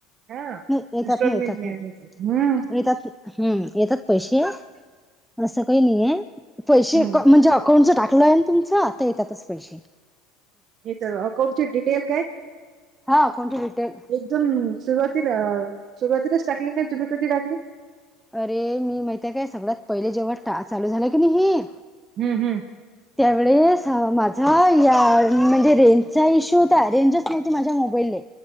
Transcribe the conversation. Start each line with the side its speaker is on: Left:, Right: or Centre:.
Right: हा
Centre: नाही येतात
Right: इन्स्टॉलमेंट
Centre: ना येतात
Right: ने
Centre: ना
Right: आले, हम्!
Centre: येतात हम्म येतात पैसे असं काही नाहीये. पैसे
Right: हं,
Centre: म्हणजे अकाउंटच टाकलं आहे ना तुमच तर येतातच पैसे.
Right: हित अकाउंट ची डटेल काय?
Centre: हा अकाउंटचे डिटेल.
Right: एकदम सुरुवातीला सुरुवातीलाच टाकले, तुम्ही कधी टाकले?
Centre: अरे मी माहितिया काय सगळ्यात पहिले जेव्हा टा चालू झालं की नाही हे
Right: हम हम!
Centre: त्यावेळेस हा माझा या म्हणजे रेंजचा इश्यू था रेंजच माझ्या मोबाईले,